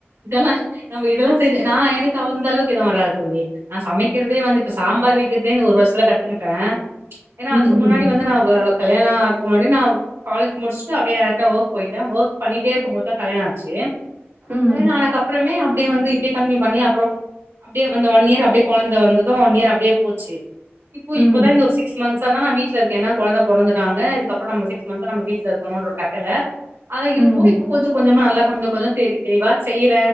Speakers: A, on the right (about 80°); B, on the right (about 50°).
A: நம்ப இதெல்லா செஞ்ச நா எனக் தாவுந் இந்த அளவுக்கு எதுவு வராது தோழி நா சமைக்கிறதே வந்து இப்ப சாம்பார் வை ர்டேன்னு ஒரு வருஷத்துல கத்துக்கிட்டே ச்ச ஏன்னா அதுக்கு
B: ம், ம்.
A: முன்னாடி வந்து நா வ கல்யாணோ ஒடனே நா காலேஜ் முடிச்சுட்டு அப்டே டேரக் ட வோர்க் போயிட்டே வோர்க் பண்ணிட்டே இருக்கும் போது தா கல்யாண ஆச்சு
B: ம்,
A: கல்யாண ஆனக் அப்பறமே அ அப்டே வந்து இப்டே கண்டினியூ பண்ணி அப்பறோ அப்டே அந்த ஒன் இயர் அப்டே கொழந்த வந்ததோ ஒன் இயர் அப்டே போச்சு இப்போ
B: ம்,
A: இப்பதா இந்த ஒரு சிக்ஸ் மன்த்ஸ்சாதா நா வீட்ல இருக்கே ஏன்னா கொழந்த பொறந்துட்டாங்க இதுக்கப் போட்டம் பசி மன்த்தா நம்ம வீட்ல இருக்கனோன்ற <unintelligible> அதா இருக்கோ
B: ம்,
A: இப்ப கொஞ்ச கொஞ்சமா நல்லா கொஞ்ச கொஞ்சோ தேரிட்டு நீவாட் செய்ற